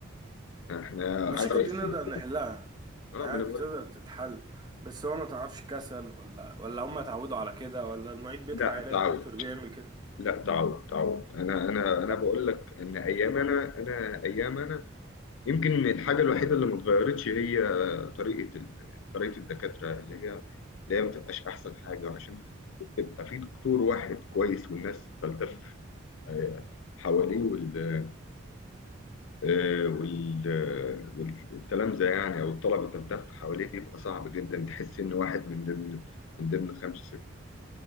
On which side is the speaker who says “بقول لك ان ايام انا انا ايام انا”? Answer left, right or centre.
Left